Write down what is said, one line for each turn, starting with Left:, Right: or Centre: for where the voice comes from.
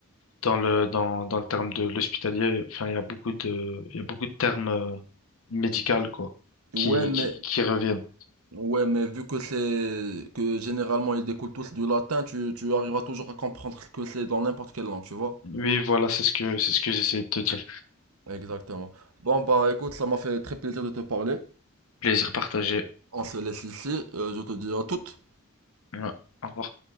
Left: dans le dans, dans le terme de l'hospitalier, enfin il y a beaucoup de il y a beaucoup de termes euh, médicaux quoi
Right: Ouais,
Left: qui,
Right: Hmm.
Left: qui
Right: mais,
Left: qui reviennent.
Right: ouais, mais vu que c'est que généralement ils découlent tous du latin, tu, tu arriveras toujours à comprendre ce que c'est dans n'importe quelle langue, tu vois?
Left: Oui, voilà, c'est ce que c'est ce que j'essaie de te dire.
Right: Exactement. Bon, bah écoute, ça m'a fait très plaisir de te parler.
Left: Plaisir partagé.
Right: On se laisse ici. Euh, je te dis à toutes.
Left: Ouais. Au revoir.